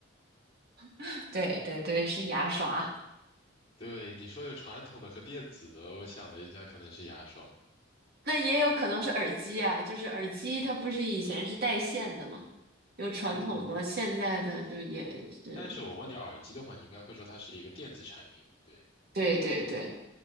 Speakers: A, on the right; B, on the left.
A: <laughs> 对对对，是牙刷。
B: 对，你说有传统的和电子的，我想了一下，可能是牙刷。
A: 那也有可能是耳机啊，就是耳机它不是以前是带线的嘛，有传统的，
B: 嗯，
A: 现在的就也是。
B: 但是我问你耳机的话，你应该会说它是一个电子产品。对，
A: 对对对